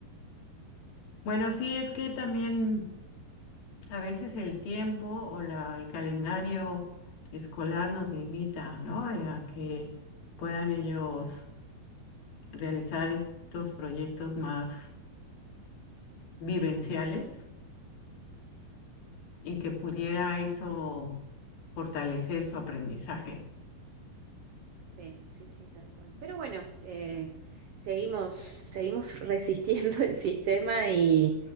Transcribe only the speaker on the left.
Bueno, sí, es que también a veces el tiempo o la- el calendario escolar nos limita, ¿no? Eh, A que puedan ellos realizar estos proyectos más vivenciales y que pudiera eso fortalecer su aprendizaje.